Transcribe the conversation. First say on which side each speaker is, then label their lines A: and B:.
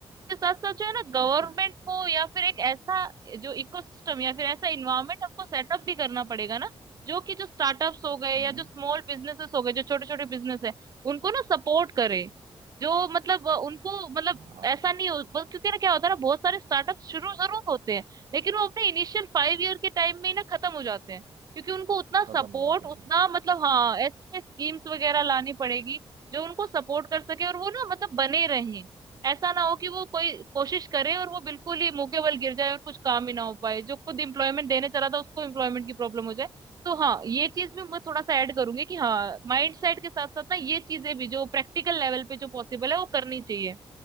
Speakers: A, on the right (about 40°); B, on the right (about 75°).
A: के साथ साथ जो है ना
B: हम्म, बिल्कुल
A: गवर्नमेंट को या फिर एक ऐसा जो इकोसिस्टम या फिर ऐसा इन्वायरमेंट आपको सेटअप भी करना पड़ेगा ना जो कि जो स्टार्टअप्स हो गए
B: हम्म
A: या जो स्मॉल बिजनेसेस हो गए जो छोटे छोटे बिजनेस है उनको ना सपोर्ट करे जो मतलब अ, उनको मतलब
B: हाँ हाँ,
A: ऐसा
B: हाँ।
A: नहीं हो बस क्योंकि ना क्या होता है ना बहुत सारे स्टार्टअप शुरू जरूर होते हैं लेकिन वो अपने इनिशियल फाइव ईयर के टाइम में ही ना खत्म हो जाते हैं क्योंकि उनको उतना
B: खत्म
A: सपोर्ट
B: हो जाते हैं
A: उतना
B: सही
A: मतलब हाँ ऐसे स्कीम्स वगैरह लानी पड़ेगी जो उनको सपोर्ट कर सके और वो ना मतलब बने रहे ऐसा ना हो कि वो कोई कोशिश करे और वो बिल्कुल ही मुंह के बल गिर जाए और कुछ काम ही ना हो पाए जो खुद एम्प्लॉयमेंट देने चला था उसको एम्प्लॉयमेंट की प्रॉब्लम हो जाए तो हाँ ये चीज भी मैं थोड़ा सा ऐड करूंगी कि हाँ माइंड सेट के साथ साथ ना ये चीजें भी जो प्रैक्टिकल लेवल पे जो पॉसिबल है वो करनी चाहिए